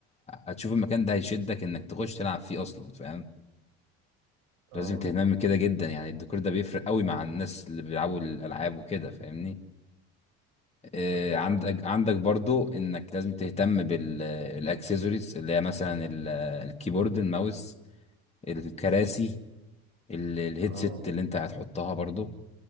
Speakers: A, on the left; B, on the right.
A: هتشوف المكان ده هيشدك انك تخش تلعب فيه اصلا فاهم
B: اه
A: لازم تهتم كده جدا يعني الديكور ده بيفرق قوي مع الناس اللي بيلعبوا الالعاب وكده فاهمني آه،
B: طب ده
A: عندك
B: انا ه-
A: عندك برضو انك لازم تهتم بالاكسسوارز اللي هي مثلا ال- الكيبورد الماوس الكراسي ال- الهيدسيت
B: اه
A: اللي انت هتحطها برضو